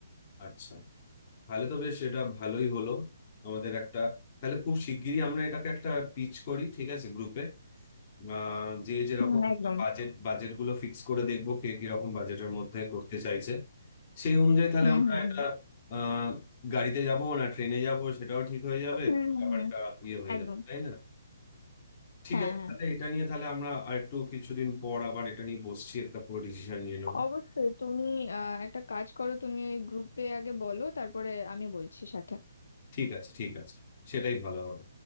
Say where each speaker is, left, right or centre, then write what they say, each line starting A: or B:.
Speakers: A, on the left (about 35°); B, on the left (about 75°).
A: আচ্ছা তাহলে তো বেশ এটা ভালোই হলো আমাদের একটা তাহলে খুব শিগগিরই আমরা এটাকে একটা পিচ করি ঠিক আছে গ্রুপে আহ যে যেরকম
B: হুম একদম
A: বাজেট বাজেট গুলো ফিক্স করে দেখবো কে কিরকম বাজেটের মধ্যে করতে চাইছে সেই অনুযায়ী তাহলে
B: হুম
A: আমরা
B: হুম
A: এটা আহ গাড়িতে যাবো না ট্রেনে যাবো সেটাও ঠিক হয়ে যাবে
B: হুম হুম হুম
A: ব্যাপারটা
B: হুম,
A: ইয়ে হয়ে
B: একদম
A: যাবে তাই না ঠিক
B: হ্যাঁ
A: আছে
B: হ্যাঁ
A: তাহলে এটা নিয়ে তাহলে আমরা আর একটু কিছুদিন পর আবার এটা নিয়ে বসছি একটা পুরো ডিসিশন নিয়ে নেবো
B: অবশ্যই তুমি আহ, একটা কাজ করো তুমি ওই গ্রুপে আগে বলো তারপরে আমি বলছি সাথে
A: ঠিক আছে ঠিক আছে সেটাই ভালো হবে